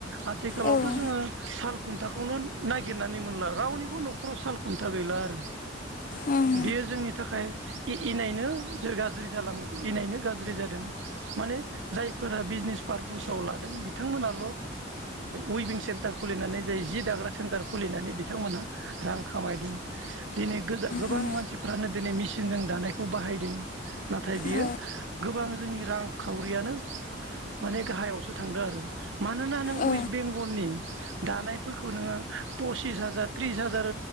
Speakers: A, on the right; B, on the left.
A: आथिखालावथ'
B: ओं
A: जोङो सा खुन्थाखौनो नागिरनानै मोनला रावनिबो न'खराव साल खुन्था गैला आरो
B: उम
A: बेयो जोंनि थाखाय इनायनो ज गाज्रि जालां इनायनो गाज्रि जादों माने जायफोरा बिजनेस पार्पसाव लादों बिथांमोनाल' उइभिं सेन्टार खुलिनानै जाय जि दाग्रा सेन्टार खुलिनानै बिथांमोनहा रां खामायदों दिनै गोजा गोबां
B: उम
A: मानसिफ्रानो दिनै मेसिनजों दानायखौ बाहायदों नाथाय बियो
B: औ
A: गोबां जोंनि रां खावरियानो माने गाहायावसो थांदों आरो मानोना नों
B: औ
A: वेस्ट
B: ओं उम औ
A: बेंगलनि दानायफोरखौ नोङो पसिस हाजार ट्रिस हाजार